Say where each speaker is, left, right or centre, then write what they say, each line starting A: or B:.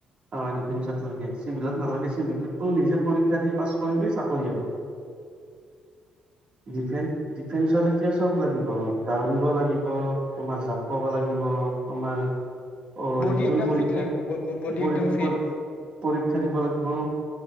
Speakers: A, on the right; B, on the left.
A: অ', ডিফেন্সত লাগে চিভিলত নালাগে চিভিলতো নিজে পৰীক্ষা দি পাছ কৰিলে চাকৰি হ ডিফে ডিফেন্সত এতিয়া চব লাগিব দাউৰিব লাগিব তোমাৰ জাপাব লাগিব। তোমাৰ অ
B: বডি
A: ৰিণ
B: একদম
A: পৰীক্ষা
B: ফিট লাগিব বডি একদম ফিট
A: পৰীক্ষা দিব লাগিব।